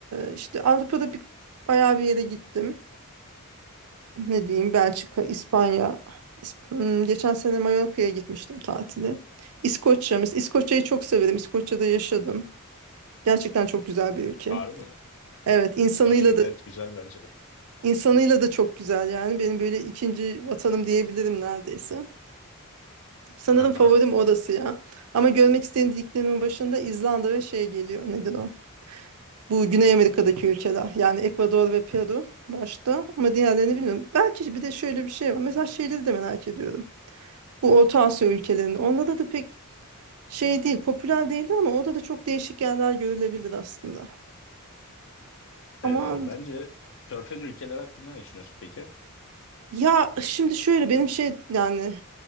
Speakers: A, on the right (about 75°); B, on the left (about 60°).
A: e, işte Avrupa'da bir bayağı bir yere gittim. Ne diyeyim Belçika, İspanya. İsp- hmm, geçen sene Mallorca'ya gitmiştim tatili. İskoçya mesela İskoçya'yı çok severim. İskoçya'da yaşadım. Gerçekten çok güzel bir ülke.
B: Harbi mi?
A: Evet insanıyla
B: İskoçya evet
A: da
B: güzel bence de.
A: insanıyla da çok güzel yani. Benim böyle ikinci vatanım diyebilirim neredeyse. Sanırım
B: Aha.
A: favorim orası ya. Ama görmek istediklerimin başında İzlanda ve şey geliyor. Nedir o? Bu Güney Amerika'daki ülkeler yani Ekvador ve Peru başta ama diğerlerini bilmiyorum. Belki bir de şöyle bir şey var. Mesela şeyleri de merak ediyorum. Bu Orta Asya ülkelerinin onlarda da pek şey değil, popüler değil ama orada da çok değişik yerler görülebilir aslında. Ama
B: Ee, bence Körfez ülkeleri hakkında ne düşünüyorsun peki?
A: ya şimdi şöyle benim şey yani